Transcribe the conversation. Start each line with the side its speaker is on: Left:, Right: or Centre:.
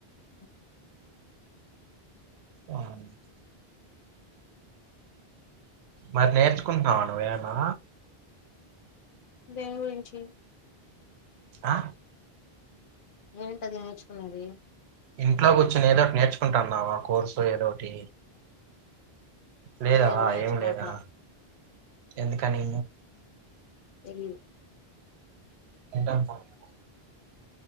Left: ఆ <unintelligible>
Right: వహాన్ <unintelligible> మరి నేర్చుకుంటున్నావా నువ్వేనా
Left: దేనిగురించి
Right: ఆ
Left: ఏంటది నేర్చుకునేదీ
Right: ఇంట్లో కూర్చొని ఏదోటి నేర్చుకుంటున్నావా కోర్సో ఏదోటీ లేదా
Left: లేదు నేర్చుకోవట్లా
Right: ఏం లేదా ఎందుకనీ
Left: తెలీదు
Right: తిండం ఫోన్ చూడ్డం